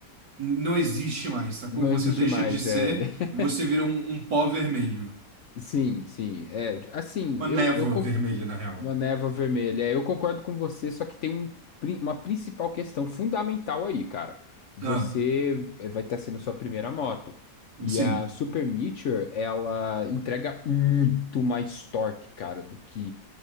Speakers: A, on the right; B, on the left.
A: n- não existe mais, sacou?
B: Não
A: Você
B: existe
A: deixa
B: mais,
A: de ser
B: é. <laughs>
A: e você vira um, um pó vermelho.
B: Sim, sim. É, assim,
A: Uma
B: eu,
A: névoa
B: eu
A: vermelha, na real.
B: Uma névoa vermelha. É, Eu concordo com você, só que tem um pri- uma principal questão fundamental aí, cara. Você
A: Ah,
B: é, vai estar sendo sua primeira moto. E
A: sim.
B: a Super Meteor, ela entrega muito mais torque, cara, do que